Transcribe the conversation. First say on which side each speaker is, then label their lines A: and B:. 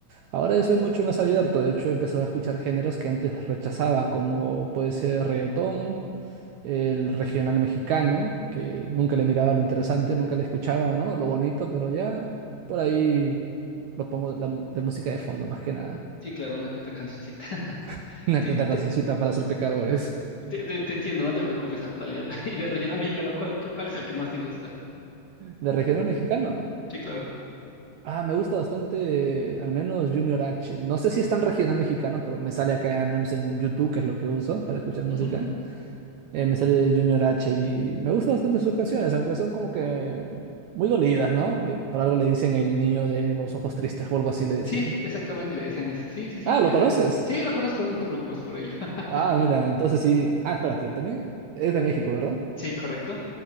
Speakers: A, on the right; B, on the left.
A: ahora yo soy mucho más abierto. De hecho, he empezado a escuchar géneros que antes rechazaba, como puede ser reggaetón, el regional mexicano, que nunca le miraba lo interesante, nunca le escuchaba, ¿no? Lo bonito, pero ya por ahí lo pongo de, la mu- de música de fondo, más que nada.
B: Sí, claro, una que otra cancioncita. <laughs>
A: <laughs> Una
B: Sí,
A: que
B: te,
A: otra cancioncita para ser pecadores.
B: Te, te- te entiendo, no te preocupes, Atalia. <laughs> Y del regional mexicano, ¿cuál, cu- cuál es el que más te gusta?
A: De regional mexicano.
B: Sí, claro.
A: Ah, me gusta bastante, al menos Junior H. No sé si es tan regional mexicano, pero me sale acá, al menos en YouTube, que es lo que uso para escuchar música.
B: Ujú.
A: eh, me sale Junior H y me gusta bastante sus canciones, aunque son como que muy dolidas, ¿no? Eh, Por algo le dicen el niño de los ojos tristes o algo así le decían.
B: Sí, exactamente le decían eso. Sí, sí, sí,
A: Ah, ¿lo
B: exacto.
A: conoces?
B: Sí, lo conozco, no te preocupes por ello. <laughs>
A: Ah, mira, entonces sí. Ah, espérate, también es de México, ¿verdad?
B: Sí, correcto.